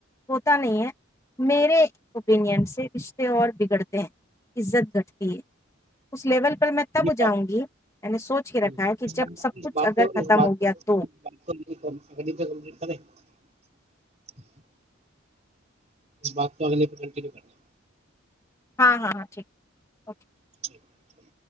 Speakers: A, on the left; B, on the right.
A: ہوتا نہیں ہے میرے اوپینین سے رشتے اور بگڑتے ہیں عزت گٹتے اس لیول پر میں تب
B: یہ بات
A: جاؤں گی میں نے سوچ کے رکھا
B: اس
A: ہے کہ جب سب
B: بات اس
A: کچھ
B: بات
A: اگر
B: کو
A: ختم
B: اس بات
A: ہو
B: کو
A: گیا تو
B: بات کو اگلی پہ کمپلیٹ کریں <inaudible> اس بات تو اگلے کنٹینیو کرنا
A: ہاں ہاں ہاں ٹھیک ہے اوکے
B: <inaudible>